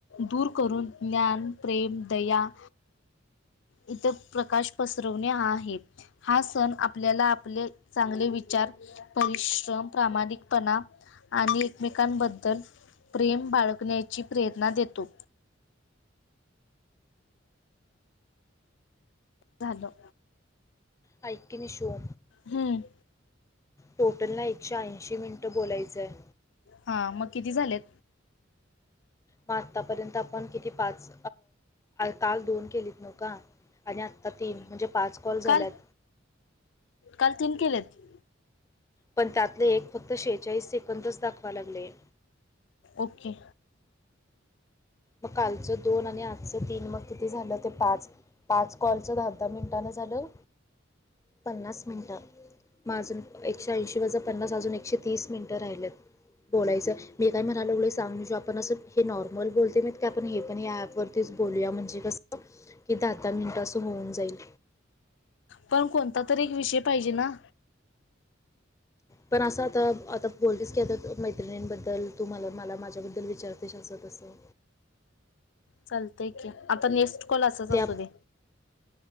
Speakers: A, on the left; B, on the left.
A: दूर करून ज्ञान, प्रेम, दया इथं प्रकाश पसरवणे आहेत. हा सण आपल्याला आपले चांगले विचार परिश्रम, प्रामाणिकपणा आणि एकमेकांबद्दल प्रेम बाळगण्याची प्रेरणा देतो. झालं.
B: बायकीन शो.
A: हम.
B: टोटलला एकशे ऐंशी मिनिटं बोलायचं आहे.
A: हा, मग किती झालेत?
B: मग आतापर्यंत आपण किती पाच? काल दोन केलेत. नका, आणि आत्ता तीन, म्हणजे पाच कॉल झाल्यात.
A: काल काल तीन केलेत?
B: पण त्यातले एक फक्त शेहेचाळीस सेकंदच दाखवलं लागले.
A: ओके.
B: मग कालचं दोन आणि आजचं तीन, मग किती झालं ते? पाच. पाच कॉलचं दहा-दहा मिनिटांन झालं, पन्नास मिनिटं मग अजून. एकशे ऐंशी वजून पन्नास अजून एकशे तीस मिनिटं राहिलेत. बोलायचं मी काय म्हणायला लागलं, सांग. आपण असं हे नॉर्मल बोल इथं आपण हे पण या ॲपवरतीच बोलूया, म्हणजे कसं की दहा-दहा मिनिटं असं होऊन जाईल.
A: पण कोणता तरी एक विषय पाहिजे ना.
B: पण असं आता-आता बोलतेच का मैत्रिणींबद्दल तू मला, मला माझ्याबद्दल विचारतेस असं. तसं
A: चालतंय की आता, नेक्स्ट कॉल असंच
B: त्या
A: असू दे.